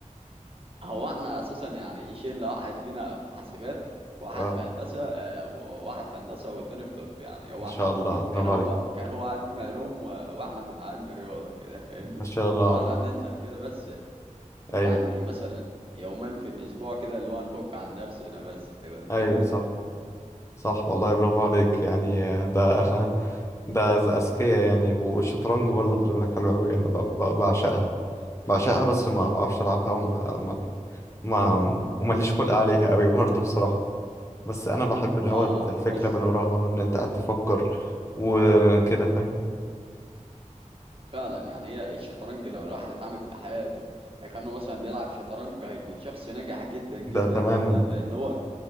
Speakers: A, on the right; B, on the left.
A: هو احنا اساسا يعني شله واحد فينا في حاسبات واحد
B: اه
A: في هندسه آه، و- واحد في هندسه والتاني في طب يعني هو
B: ما شاء
A: احنا
B: الله برافو
A: كان هو
B: عليك
A: كان هو علم علوم و- واحنا كنا علم رياضه كده فاهمني
B: ما شاء الله
A: فاحنا
B: عليك.
A: بننزل كده بس يعني
B: ايوه
A: مثلا يوما في الأسبوع كده اللي هو نفك عن نفسنا بس كده
B: ايوه
A: فاهمني
B: صح صح والله برافو عليك يعني آه، ده <laughs> ده ز- أذكياء يعني والشطرنج برضه خلي بالك حلو أوي أنا ب... ب... بعشقها بعشقها بس ما بعرفش ألعبها وما ما ما ومليش خلق عليها أوي برضه بصراحة بس أنا بحب اللي هو
A: اه آه،
B: الفكرة
A: بص
B: من وراها وإن أنت قاعد تفكر وكده فاهم
A: فعلا يعني هي الشطرنج لو الواحد اتعامل في حياته كأنه مثلا بيلعب شطرنج هيكون شخص ناجح جدا جدا
B: ده تماما
A: جدا لأن هو